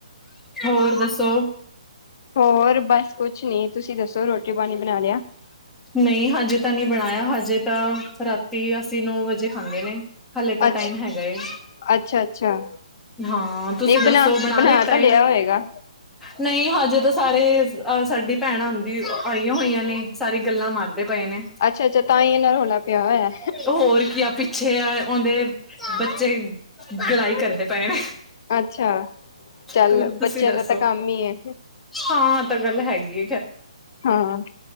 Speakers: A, in the centre; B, on the left.
A: ਹੋਰ ਦੱਸੋ?
B: ਹੋਰ, ਬਸ ਕੁਛ ਨੀ। ਤੁਸੀ ਦੱਸੋ ਰੋਟੀ ਪਾਨੀ ਬਨਾ ਲਿਆ?
A: ਨਈ ਹਜੇ ਤਾਂ ਨਈ ਬਨਾਏਆ, ਹਜੇ ਤਾਂ ਰਾਤੀ ਅਸੀ ਨੌ ਵਜੇ ਖਾਂਦੇ ਨੇ। ਹਾਲੇ ਤਾਂ
B: ਅੱਛ
A: ਟਾਈਮ ਹੈਗਾ ਏ।
B: ਅੱਛਾ ਅੱਛਾ
A: ਹਾਂ,
B: ਨਹੀਂ
A: ਤੁਸੀ ਦੱਸੋ ਬਣਾ ਲਿੱਤਾ
B: ਤਾਂ
A: ਏ?
B: ਲਿਆ ਹੋਏਗਾ
A: ਨਈ ਹਜੇ ਤਾਂ ਸਾਰੇ ਅ ਸਾਡੀ ਭੈਣ ਆਂਦੀ ਆਈਆਂ ਹੋਈਆਂ ਨੇ। ਤਾਰੀ ਗੱਲਾਂ ਮਾਰਦੇ ਪਏ ਨੇ।
B: ਅੱਛਾ ਅੱਛਾ ਤਾਂ ਹੀ ਇਹਨਾਂ ਰੌਲਾ ਪਿਆ ਹੋਇਆ
A: ਅ ਹੋਰ ਕੀ ਆ ਛੇ ਅ ਓਂਦੇ ਬੱਚੇ ਗਲਾਈ ਕਰਦੇ ਪਏ ਨੇ।
B: ਅੱਛਾ। ਚੱਲ
A: ਤੂੰ ਤੁਸੀਂ
B: ਬੱਚਿਆਂ
A: ਦੱਸੋ
B: ਦਾ ਤਾਂ ਕੰਮ ਈ ਏ।
A: ਹਾਂ ਤਾਂ ਗੱਲ ਹੈਗੀ
B: ਹਾਂ।